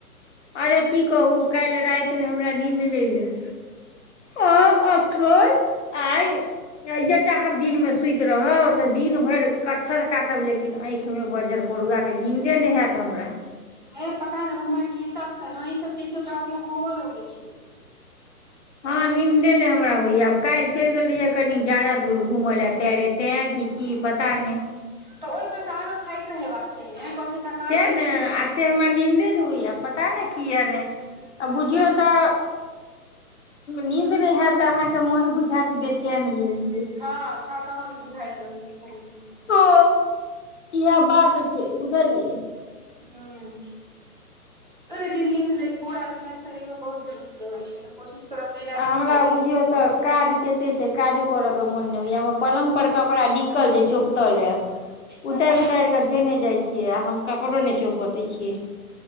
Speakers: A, on the left; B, on the right.
A: अरे की कहू काल्हि राति मे हमरा निन्द नहि भेल आ अखन आ जे चाहब दिन में सुति रहब से दिन भरि कच्छर काटब लेकिन आँखि में बजर परुआ के निन्दे नहि होयत हमरा
B: हे पता ने उमर के हिसाब से ने ई सब चीज के प्रॉब्लम होबो लगै छै
A: हाँ निंन्दे नहि हमरा होइया आब कालहि चलि गेल रहियै कनी ज्यादा दूर घूमय लऽ पैरे तै कि की पता ने
B: तऽ ओहि पर तऽ आरो थाइक के हेबाक चाही ने थकान
A: सेह
B: रहै
A: ने
B: छै शरीर
A: आ से हमरा नीन्दे नहि होइया पता नहि कऽ य ने आ बुझियौ तऽ नीन्द नहि हायत त अहाँ के मौन बुझायत बेचैन भेल ये
B: हाँ थकान बुझायत रहे शरीर में
A: ओ इहा बात छै बुझलीए
B: हुं लेकगन निन्द ले पुरा शरीर मे बहुत जरुरी रहै छै तऽ कोशिश करब नहि राति
A: आ हमरा
B: मे
A: बुझियौ तऽ काज कते छै काजो करय के मौन नहि होइया पलंग पर कपड़ा डिकल छै चौपतल ये
B: बताउ
A: उतारि उतारि कऽ धेने जाइ छियै आ हम कपड़ो नहि चौपते छियै